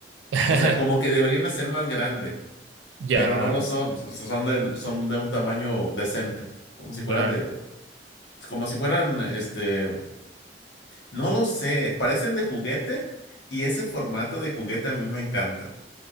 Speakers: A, on the right (about 80°); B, on the left (about 70°).
A: <laughs>
B: o sea, como que deberían de ser más grande,
A: Ya,
B: pero no lo son. s- Son de, son de un tamaño decente, como si fueran
A: claro.
B: de, como si fueran, este, no lo sé, parecen de juguete y ese formato de juguete a mí me encanta.